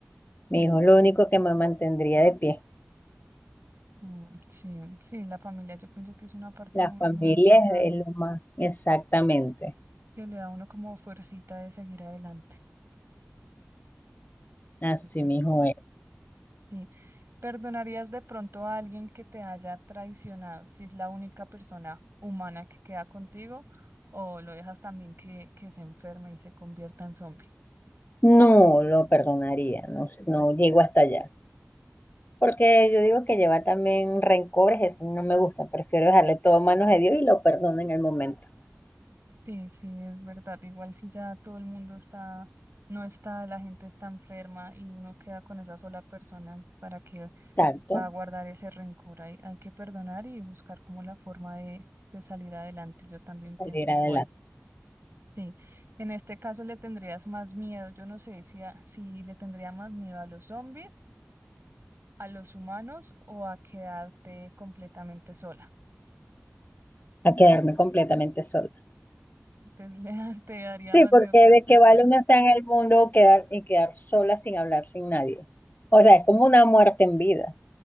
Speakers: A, on the left; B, on the right.
A: Mi hijo, es lo único que me mantendría de pie.
B: Mm, sí, sí, la familia yo pienso que es una parte
A: La
B: muy,
A: familia
B: muy importante
A: es es lo más. Exactamente.
B: que le da a uno como fuercita de seguir adelante.
A: Así
B: Sí,
A: mismo es.
B: Sí. ¿Perdonarías de pronto a alguien que te haya traicionado si es la única persona humana que queda contigo o lo dejas también que, que se enferme y se convierta en zombie?
A: No lo perdonaría, no, no llego hasta allá. Porque yo digo que lleva también rencores, eso no me gusta. Prefiero dejarle todo a manos de Dios y lo perdono en el momento.
B: Sí, sí, es verdad. Igual si ya todo el mundo está, no está, la gente está enferma y uno queda con esa sola persona, ¿para que
A: Exacto,
B: va a guardar ese rencor? Hay, hay que perdonar y buscar como la forma de, de salir adelante. Yo también pienso
A: salir
B: igual.
A: adelante,
B: Sí, en este caso le tendrías más miedo. Yo no sé si, a- si le tendría más miedo a los zombies, a los humanos o a quedarte completamente sola.
A: a quedarme completamente sola.
B: Te, <laughs> le- te daría
A: Sí,
B: más
A: porque
B: miedo quedarte
A: de que
B: sola.
A: vale una estar en el mundo quedar, y quedar sola sin hablar, sin nadie. O sea, es como una muerte en vida.